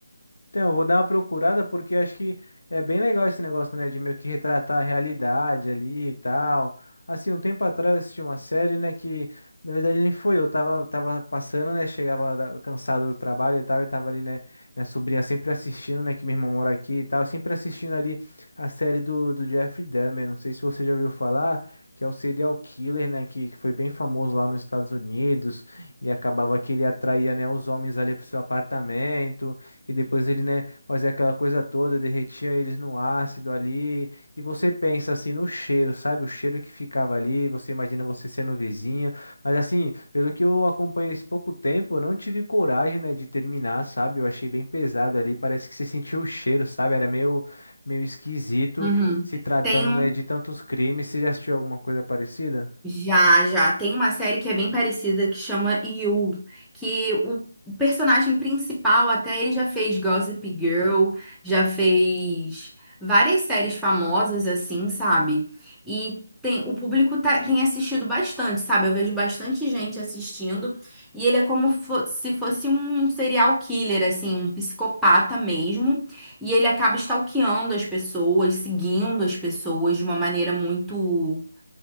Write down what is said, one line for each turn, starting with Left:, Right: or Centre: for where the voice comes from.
Left: Então, eu vou dar uma procurada porque acho que é bem legal esse negócio, né, de meio que retratar a realidade ali e tal. Assim, um tempo atrás eu assisti uma série, né, que na verdade nem foi eu, tava, tava passando, né, chegava da- cansado do trabalho e tal, e tava ali, né, minha sobrinha sempre assistindo, né, que meu irmão mora aqui e tal, sempre assistindo ali a série do, do Jeffrey Dahmer, não sei se você já ouviu falar, que é o serial killer, né, que, que foi bem famoso lá nos Estados Unidos, e acabava que ele atraía, né, os homens ali pro seu apartamento, e depois ele, né, fazia aquela coisa toda, derretia eles no ácido ali. E você pensa assim no cheiro, sabe? O cheiro que ficava ali, você imagina você sendo vizinho. Mas assim, pelo que eu acompanhei esse pouco tempo, eu não tive coragem, né, de terminar, sabe? Eu achei bem pesado ali, parece que você sentiu o cheiro, sabe? Era meio, meio esquisito
Centre: Uhum.
Left: se tratando,
Centre: Tem um.
Left: né, de tantos crimes. Você já assistiu alguma coisa parecida?
Centre: Já, já. Tem uma série que é bem parecida que chama You, que o o personagem principal até ele já fez Gossip Girl, já fez várias séries famosas assim, sabe? E tem, o público tá- tem assistido bastante, sabe? Eu vejo bastante gente assistindo e ele é como fo- se fosse um serial killer, assim, um psicopata mesmo. E ele acaba stalkeando as pessoas, seguindo as pessoas de uma maneira muito